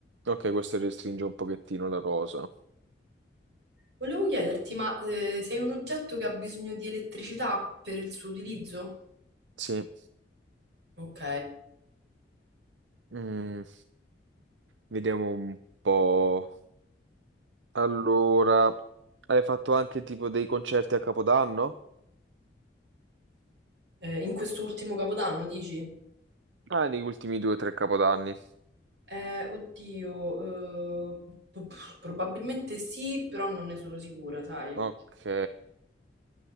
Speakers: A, on the right; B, on the right.
A: Ok, questo restringe un pochettino la rosa.
B: Volevo chiederti, ma eh, sei un oggetto che ha bisogno di elettricità per il suo utilizzo?
A: Sì.
B: Ok.
A: Mm, Vediamo un po'. Allora, hai fatto anche tipo dei concerti a Capodanno?
B: Eh, in quest'ultimo capodanno, dici?
A: Ah, negli ultimi due o tre Capodanni.
B: Eh, oddio, eh, p- p- probabilmente sì, però non ne sono sicura, sai?
A: Ok.